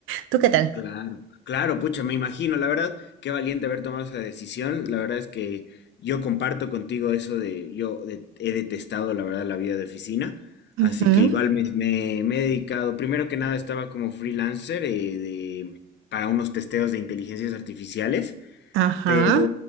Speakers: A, on the right; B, on the left.
A: ¿Tú qué tal?
B: Claro, claro, pucha, me imagino, la verdad, qué valiente haber tomado esa decisión. La verdad es que yo comparto contigo eso de, yo de- he detestado, la verdad, la vida de oficina,
A: Ujú,
B: así que igual me, me- me he dedicado, primero que nada estaba como freelancer eh, de, para unos testeos de inteligencias artificiales.
A: Ajá.
B: pero